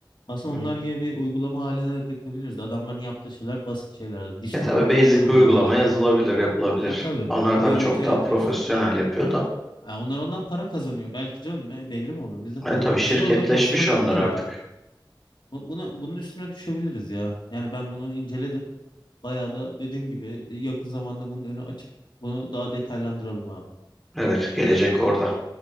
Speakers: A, on the left; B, in the centre.
A: Aslında
B: Hı
A: onlar
B: hı.
A: gibi bir uygulama haline de dökebiliriz. Adamların yaptığı şeyler basit şeyler. Dişlerin
B: Ya tabii basic
A: konumunu
B: bir uygulama
A: belli etmek.
B: yazılabilir, yapılabilir.
A: E tabii
B: Onlar
A: görüntüyü
B: tabii çok daha
A: atıyorsun.
B: profesyonel yapıyor da.
A: E, onlar ondan para kazanıyor. Belki canım ne, belli mi olur? Biz de para
B: Yani tabii
A: kazanırız.
B: şirketleşmiş
A: Yo benim hoşuma gitti
B: onlar artık.
A: bu durum. Bu- Buna, bunun üstüne düşebiliriz ya. Yani ben bunu inceledim. Bayağı da dediğim gibi yakın zamanda bunun önü açık. Bunu daha detaylandıralım abi.
B: Evet, gelecek orada.